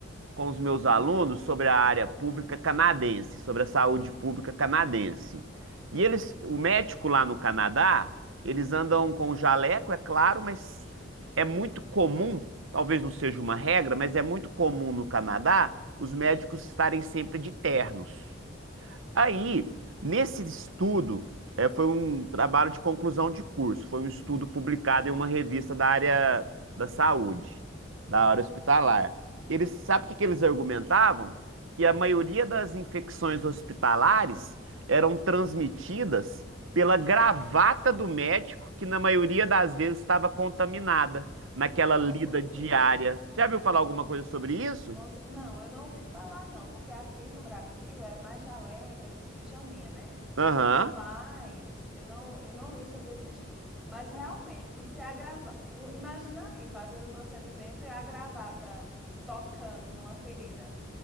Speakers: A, on the right; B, in the centre.
A: com os meus alunos sobre a área pública canadense, sobre a saúde pública canadense. E eles, o médico lá no Canadá, eles andam com jaleco, é claro, mas é muito comum, talvez não seja uma regra, mas é muito comum no Canadá os médicos estarem sempre de ternos. Aí, nesse estudo, é, foi um trabalho de conclusão de curso, foi um estudo publicado em uma revista da área da saúde, da área hospitalar. Eles, sabe o que que eles argumentavam? Que a maioria das infecções hospitalares eram transmitidas pela gravata do médico, que na maioria das vezes estava contaminada, naquela
B: Com
A: lida
B: certeza.
A: diária. Já viu falar alguma coisa sobre isso?
B: Com cer- Não, eu não ouvi falar, não, porque aqui no Brasil é mais jaleco, esses pijaminha, né?
A: Aham,
B: Mas eu não, eu não li sobre esse estudo. Mas realmente, se a grava- o- Imagina aí, fazendo um procedimento e a gravata tocando numa ferida,